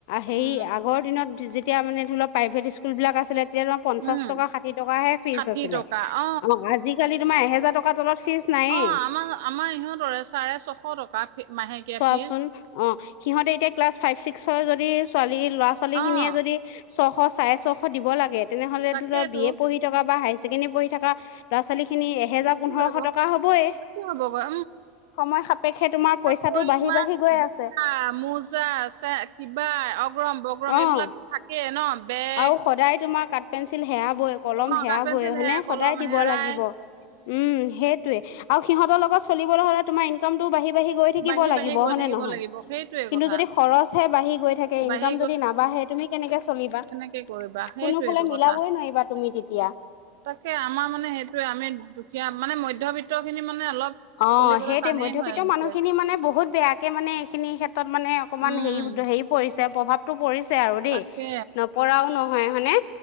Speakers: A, on the left; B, on the right.
A: হেই
B: উম
A: আগৰ দিন <unintelligible> যে যেতিয়া মানে ধৰি লওক প্ৰাইভেট স্কুলবিলাক আছিলে তেতিয়া তোমাৰ পঞ্চাশ
B: উম,
A: টকা ষাঠি টকাহে ফিজ
B: ষাঠি
A: আছিলে
B: টকা অ',
A: আমাক আজিকালি তোমাৰ এহেজাৰ টকাৰ তলত ফিজ নায়েই
B: অ আমাৰ আমাৰ ইহঁতৰে চাৰে ছশ টকা ফি- মাহেকীয়া
A: চোৱাচোন
B: ফিজ।
A: অ সিহঁতে এতিয়া ক্লাছ ফাইভ ছিক্সৰ যদি ছোৱালী ল'ৰা ছোৱালী
B: অ',
A: খিনিয়ে যদি ছশ চাৰে ছশ দিব লাগে তেনেহ'লে
B: তাকেইতো
A: টো ত বি এ পঢ়ি থকা বা হাইছ ছেকেণ্ডি পঢ়ি থকা লৰা ছোৱালী <unintelligible> খিনি এহেজাৰ
B: বেছি
A: পোন্ধৰশ
B: হৈ যাব,
A: টকা হ'বই
B: বেছি হ'বগৈ
A: সময় সাপেক্ষে তোমাৰ <unintelligible>
B: কৈ তোমাক
A: বাঢ়ি গৈ
B: জোতা
A: আছে
B: মোজা চে কিবা অগৰম বগৰম
A: অঁ
B: এইবিলাক থাকে কে ন বেগ
A: আৰু সদায় তোমাৰ কাত- পেঞ্চিল হেআপ- বয় কলম
B: অ',
A: সেয়া
B: কাঠ পেঞ্চিল
A: বয় মানে
B: হেৰাই কলম
A: সদায় দিব
B: হেৰাই
A: লাগিব, উম সেই টোৱে আৰু সিহঁতৰ লগত চলিবলৈ হ'লে তোমাৰ ইনকামটো বাঢ়িব বাঢ়ি বাঢ়ি গৈ থাকিব
B: বাঢ়ি
A: লাগিব
B: বাঢ়ি গৈ
A: হয়
B: থাকিব
A: নে নহয়,
B: লাগিব সেইটোৱে
A: কিন্তু
B: কথা
A: যদি খৰচ হে বাঢ়ি গৈ থাকে
B: বাঢ়ি
A: ইনকাম যদি নাবাঢ়ে তুমি কেনেকে চলিবা।
B: কি কৰিবা সেইটোৱে
A: কোনোফালে
B: টো
A: মিলাবই
B: কথা
A: নোৱাৰিবা তুমি তেতিয়া
B: তাকে আমাৰ মানে সেইটোৱে আমি দুখীয়া। মানে ম মধ্যবিত্ত খিনি মানে অলপ
A: অ
B: চলিবলৈ
A: সেইটোৱে
B: টানেই
A: মধ্যবিত্ত
B: হৈ আহিছে
A: মানুহখিনি মানে বহুত বেয়াকে মানে এইখিনি ক্ষেত্ৰত মানে অকণমান
B: উম
A: হেৰি হেৰি পৰিছে। প্ৰভাৱটো পৰিছে। আৰু দেই
B: তাকে
A: নপৰাও নহয় হয়নে